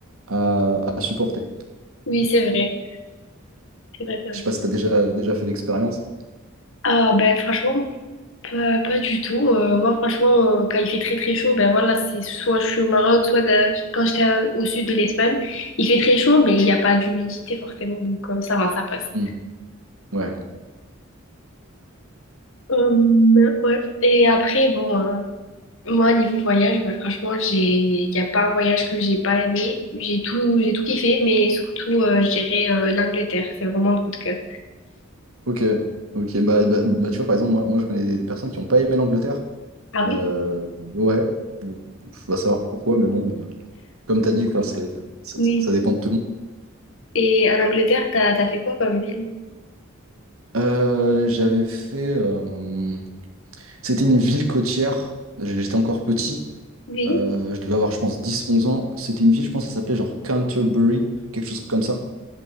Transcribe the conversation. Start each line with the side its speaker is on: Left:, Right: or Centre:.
Right: à, à supporter.
Left: oui, c'est vrai, c'est vrai, c'est vrai.
Right: Je sais pas si tu as déjà, déjà fait l'expérience.
Left: Ah, ben franchement, Pas, pas du tout. Euh, moi, franchement, euh, quand il fait très très chaud, ben voilà, c'est soit je suis au Maroc, soit de- quand j'étais à- au sud de l'Espagne, il fait très chaud, mais il n'y a pas d'humidité forcément, donc euh, ça va, ça passe.
Right: Hmm, Ouais,
Left: Euh, ouais. Et après, bon, hein, moi, niveau voyage, ben, franchement, j'ai, il n'y a pas un voyage que j'ai pas aimé. J'ai tout, j'ai tout kiffé, mais surtout, euh, je dirais euh, l'Angleterre. C'est vraiment un coup de cœur.
Right: ok. Ok, bah, bah, bah, tu vois, par exemple, moi, moi je connais des, des personnes qui n'ont pas aimé l'Angleterre.
Left: Ah
Right: Euh,
Left: oui?
Right: ouais, Bon, faut pas savoir pourquoi, mais bon, euh, comme tu as dit, quoi, c'est- ça,
Left: Oui.
Right: ça dépend de tout le monde.
Left: Et en Angleterre, t'as, t'as fait quoi comme ville?
Right: Euh, j'avais fait. euh, c'était une ville côtière. J'étais encore petit.
Left: Oui.
Right: Euh, je devais avoir, je pense, dix onze ans. C'était une ville, je pense, ça s'appelait genre Canterbury, quelque chose comme ça.